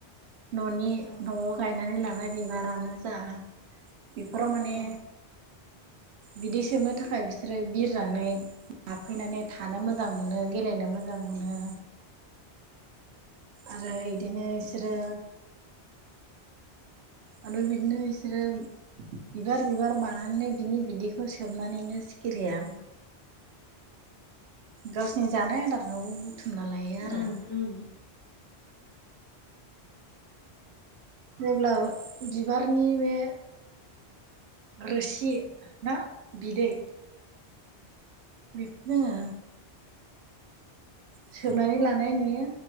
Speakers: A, on the right; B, on the left.
A: न'नि
B: औ
A: न'आव गायनानै लानाय बिबारानो जा बेफोराव माने
B: औ
A: बिदै सोबनो थाखाय बिसोरो बिरनानै हाबफैनानै थानो मोजां मोनो गेलेनो मोजां मोनो। आरो बिदिनो बिसोरो आरो बिदिनो बिसोरो बिबार बिबार बानानै बिनि बिदैखौ फो सोबनानैनो सिखिरिया गावसिनि जानाय आदारखौ बुथुमना लायो आरो
B: उम उम।
A: जेब्ला बिबारनि बे रोसि ना बिदै बेखौ जोङो सोबनानै लानाय नुयो